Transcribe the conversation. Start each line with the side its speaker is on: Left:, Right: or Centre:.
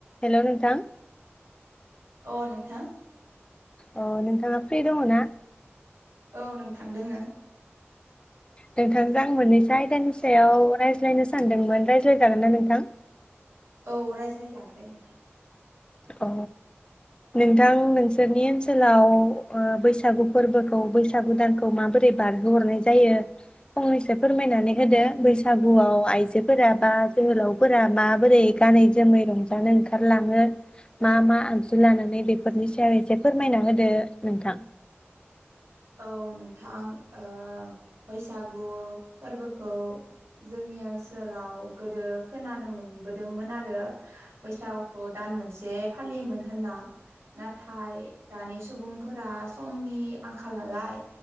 Left: हेल' नोंथां।
Right: अ नोंथां।
Left: अ नोंथाङा फ्रि दङ ना?
Right: औ नोंथां दोङो।
Left: नोंथांजों आं मोननैसो आयदानि सायाव रायज्लायनो सानदोंमोन रायज्लायजागोन ना नोंथांं।
Right: औ रायज्लायजागोन दे नोंथां।
Left: अ नोंथां नोंसोरनि ओनसोलाव ओ बैसागु फोरबोखौ बैसागु दानखौ माबोरै बारहोहरनाय जायो फंनैसो फोरमायनानै होदो बैसागुआव आइजोफोरा बा जोहोलावफोरा माबोरै गानै जोमै रंजानो ओंखारलाङो। मा मा आगजु लानानै बेफोरनि सायाव एसे फोरमायना होदो नोंथां।
Right: औ नोंथां ओ बैसागु फोरबोखौ जोंनि ओनसोलाव गोदो खोनानो मोनबोदोंमोन आरो बैसागुखौ दान मोनसे फालियोमोन होनना नाथाय दानि सुबुंफोरा समनि आं आंखाल नालाय